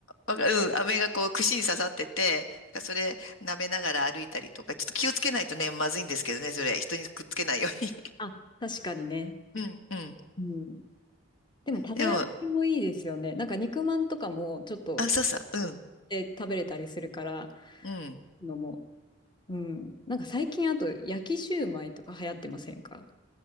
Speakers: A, on the left; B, on the left.
A: わかうん、飴がこう串に刺さってて、なんかそれ舐めながら歩いたりとか、ちょっと気をつけないとね、まずいんですけどね、それ、人にくっつけないように。
B: あ、確かにね。
A: <laughs> うん、うん。
B: うん。でも食べ歩きもいいですよね。
A: でも、
B: なんか肉まんとかもちょっと
A: あ、そうそう、うん、
B: で食べれたりするから
A: うん。
B: のも。うん。なんか最近あと焼きシューマイとか流行ってませんか